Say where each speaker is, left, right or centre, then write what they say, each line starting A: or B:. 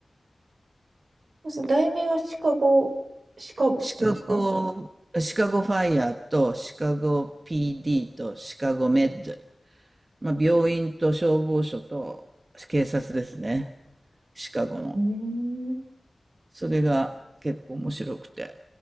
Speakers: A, on the right (about 80°); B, on the right (about 50°).
A: そう題名はシカゴ、シカゴっていうんですか
B: シカゴ、シカゴファイヤーとシカゴ PD とシカゴメッド。まあ、病院と消防署と警察ですね。シカゴの。
A: えー、
B: それが結構面白くて、